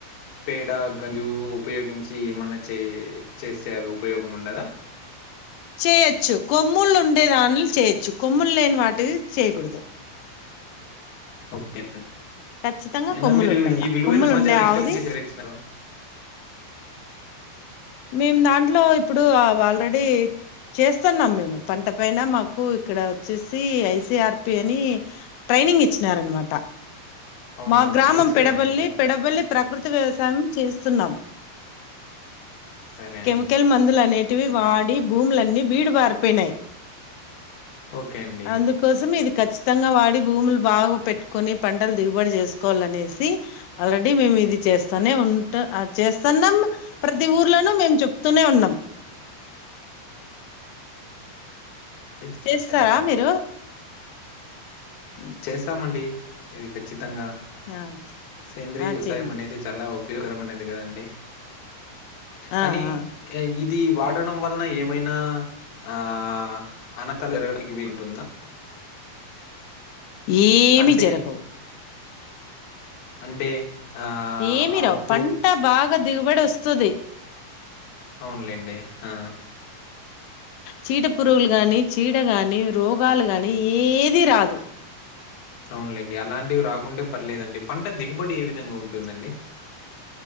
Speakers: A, on the left; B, on the left.
A: పేడ గంజు ఉపయోగించి ఏమన్నా చే చేసేవి ఉపయోగం ఉన్నదా
B: చేయొచ్చు కొమ్ముళ్లు ఉండే దానిలు చేయొచ్చు కొమ్ములు లేని వాటికి చేయకూడదు
A: ఓకే
B: ఖచ్చితంగా
A: అయినా
B: కొమ్ములు
A: మీరు
B: ఉండల్లా
A: ఈ విలువైన
B: కొమ్ములు
A: సమాచారం
B: ఉండే
A: ఎక్కడ
B: ఆవుది
A: నుంచి సేకరించినారు
B: మేము దాంట్లో ఇప్పుడు ఆల్రెడీ చేస్తున్నాం మేము పంట పైన మాకు ఇక్కడ వచ్చేసి ఐసీఆర్ పి అని ట్రైనింగ్ ఇచ్చినారు అన్నమాట
A: అవునా
B: మా గ్రామం
A: అండి. సరే
B: పెడబల్లి
A: అండి.
B: పెడబల్లి ప్రకృతి వ్యవసాయం చేస్తున్నాం
A: సరే
B: కెమికల్
A: అండి.
B: మందులు అనేటివి వాడి భూములన్నీ బీడు పారిపోయినయ్
A: ఓకే అండి.
B: అందుకోసం ఇది కఖచ్చితంగా వాడి భూములు భాగా పెట్టుకొని పడ దిగుబడి చేసు కోవాలనేసి ఆల్రెడీ మేము ఇది చేస్తూనే ఉంట చేస్తున్నాం ప్రతి ఊర్లోను మేము చెప్తూనే ఉన్నాం
A: సరే
B: చేస్తారా
A: అండి
B: మీరు హ్మ్.
A: చేసామండి ఇది ఖచ్చితంగా
B: ఆ
A: సేంద్రీయ
B: ఆ
A: వ్యవసాయం
B: చేయండి
A: అనేది చాలా ఊ ఉపయోగకరం అనేది కదండి
B: ఆ
A: కానీ
B: ఆ
A: ఇది ఇది వాడడం వల్లన ఏమైనా ఆ అనతాలు జరగడానికి వీలు ఉంటుందా
B: ఏమి
A: అంటే
B: జరగవు
A: అంటే ఆ
B: ఏమి
A: ఆ
B: రావు
A: పూ
B: పంట బాగా దిగుబడి వస్తు వస్తుంది
A: అవునులేండి ఆ
B: చీట పురుగులు గాని చీడ గాని రోగాలు గాని ఏది రాదు
A: అవునులేండి అలాంటివి రాకుంటే పర్లేదండి పంట దిగుబడి ఏ విధంగా ఉంటుందండి